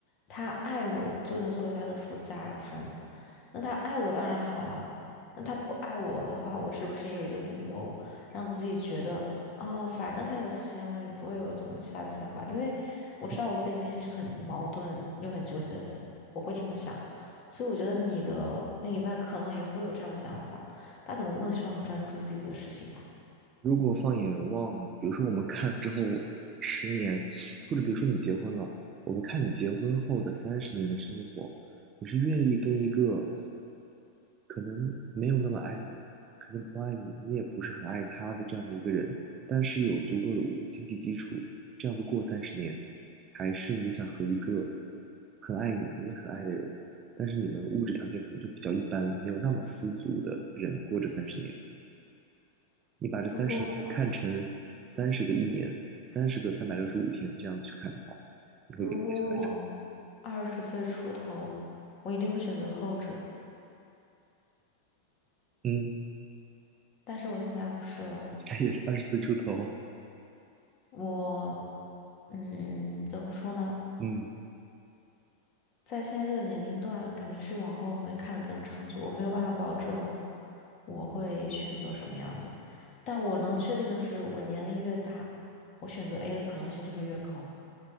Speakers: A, on the left (about 35°); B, on the right (about 30°).
A: 他爱我就能作为他的附加分。那他爱我当然好了，那他不爱我的话，我是不是也有一个理由让自己觉得啊，反正他有钱，我也不会有怎么其他的想法，因为我知道我自己内心是个很矛盾又很纠结的人，
B: 嗯
A: 我会这么想。所以我觉得你的另一半可能也会有这样的想法，他可能更希望你专注自己的事情吧。
B: 如果放眼望，比如说我们看之后十年，或者比如说你结婚了，我们看你结婚后的三十年的生活，你是愿意跟一个可能没有那么爱你，可能不爱你，你也不是很爱他的这样的一个人，但是有足够的经济基础，这样子过三十年，还是你想和一个很爱你，你也很爱的人，但是你们物质条件可能就比较一般，没有那么富足的人过这三十年，你把这三十年看成三十个一年，
A: 如果
B: 三十个三百六十五天这样子去看的话，你会更偏向爱他。
A: 如果我二十岁出头，我一定会选择后者，
B: 嗯，
A: 但是我现在不是了。
B: <laughs> 你现在也是二十岁出头啊，
A: 我嗯，怎么说呢？
B: 嗯。
A: 在现在这个年龄段，肯定是往后面看的更长久。我没有办法保证我会选择什么样的，但我能确定的是，我年龄越大，我选择 A 的可能性就会越高。